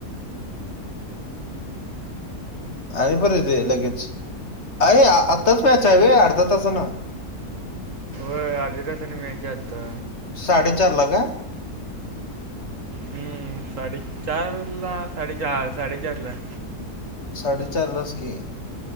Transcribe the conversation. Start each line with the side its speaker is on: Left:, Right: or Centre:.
Left: आणि परत येतेय लगेच आय आत्ताच मॅच आहे होय अर्धा तासाना.
Right: होय अर्ध्या तासाने मॅच हाय आता.
Left: साडेचार ला काय?
Right: हम्म ला साडेचार साडेचार ला हा साडेचारला आहे.
Left: साडेचार लाच की.